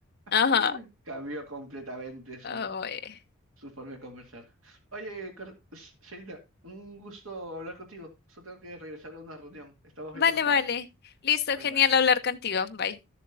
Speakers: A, on the left; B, on the right.
A: Ajá.
B: <laughs> Cambió completamente su,
A: Oh, eh.
B: su forma de conversar. Oye, Cor- S- Serita, un gusto hablar contigo. Solo tengo que regresar a una reunión. Estamos
A: Vale,
B: viendo más tarde.
A: vale. Listo,
B: Bye
A: genial
B: bye.
A: hablar contigo. Bye.